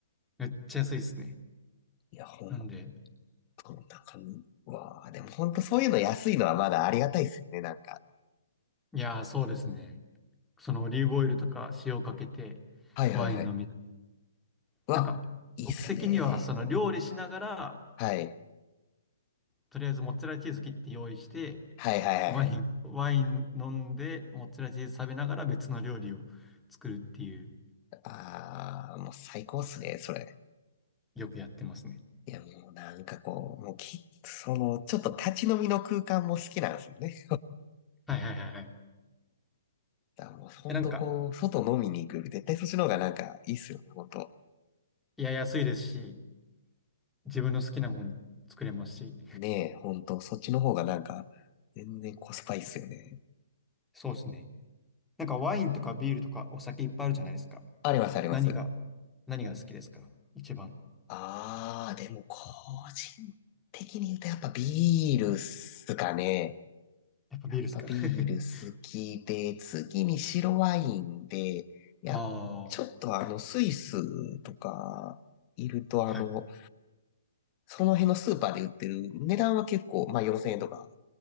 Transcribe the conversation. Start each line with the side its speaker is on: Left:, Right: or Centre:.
Centre: めっちゃ安いですね。
Left: いや、ほん
Centre: なんで、
Left: と、なんか、うわあ、でもほんとそういうの安いのはまだありがたいっすよね、なんか。
Centre: いやーそうですね。そのオリーブオイルとか塩をかけて
Left: はいはいはい。
Centre: ワイン飲みたい。
Left: うわ、
Centre: なんか、
Left: いいっすね。
Centre: 僕的にはその料理しながら、
Left: はい。
Centre: とりあえずモッツァレラチーズ切って用意して、
Left: はいはいはいはい。
Centre: ワイン、ワイン飲んで、モッツァレラチーズ食べながら別の料理を作るっていう、
Left: ああ、もう最高っすね、それ。
Centre: よくやってますね。
Left: いや、もうなんかこう、もうき、その、ちょっと立ち飲みの空間も好きなんですよね。
Centre: はいはいはいはい。
Left: だからもう本当こう、
Centre: え、なんか、
Left: 外飲みに行くより絶対そっちの方がなんかいいっすよね、本当。
Centre: いや、安いですし、自分の好きなもん作れますし。
Left: ねえ、本当そっちの方がなんか全然コスパいいっすよね。
Centre: そうですね。なんかワインとかビールとかお酒いっぱいあるじゃないですか。
Left: ありますあります。
Centre: 何が、何が好きですか一番。
Left: あー、でも個人的に言うとやっぱビールっすかね。
Centre: やっぱビールですか
Left: やっぱビール好きで、
Centre: <laughs>
Left: 次に白ワインで、やっ、
Centre: ああ、
Left: ちょっとあのスイスとかいるとあの、
Centre: はい、
Left: その辺のスーパーで売ってる値段は結構、まあ4000円とか